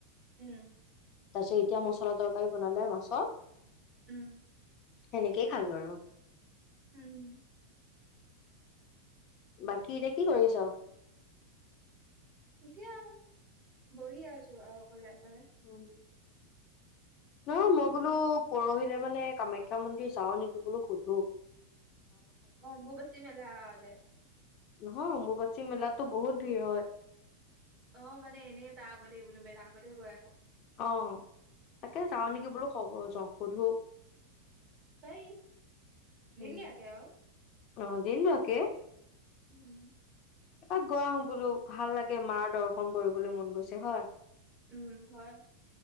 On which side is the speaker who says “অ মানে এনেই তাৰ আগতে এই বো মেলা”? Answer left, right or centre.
Right